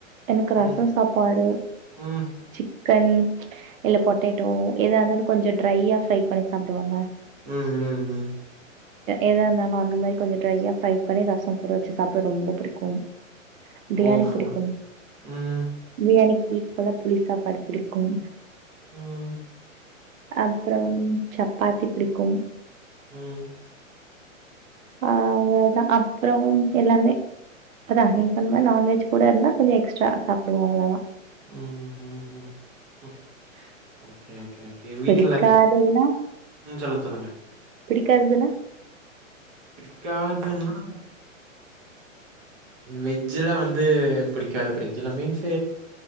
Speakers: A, on the right (about 80°); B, on the right (about 20°).
A: எனக்கு
B: ம்
A: ரசம் சாப்பாடு
B: ம்
A: சிக்கன் இல்ல பொட்டேட்டோ எதா இருந்தாலு கொஞ்ச ட்ரையா ஃப்ரை பண்ணி சாப்டுவோல்ல
B: உம் உம் உம்
A: எதா இருந்தாலு அந்த மாரி கொஞ்ச ட்ரையா <unintelligible> பண்ணி ரசம் கூட ச்சு சாப்ட ரொம்ப புடிக்கும் பிரியாணி
B: ஓஹோ!
A: புடிக்கும்
B: ம்
A: பிரியாணி வீட்லல்லா புளி சாப்பாடு புடிக்கும்
B: ம்
A: அப்புறம் சப்பாத்தி பிடிக்கும்
B: உம்
A: அவ்ளோதா அப்றோம் எல்லாமே இப்பதா நீங்க சொன்ன மாரி நான்வெஜ் கூட இருந்தா கொஞ்ச எக்ஸ்ட்ரா சாப்டுவோ அவ்ளோதா
B: உம் உஹ்ம் உஹ்ம் ஓகே ஓகே ஓகே வீட்டுல
A: பிடிக்காததுன்னா
B: ம் சொல்லுங்க சொல்லுங்க
A: பிடிக்காதுனா
B: படிக்காதுன்னா வெஜ்ஜ்ல வந்து புடிக்காது வெஜ்ஜ்ல மீன்ஸ்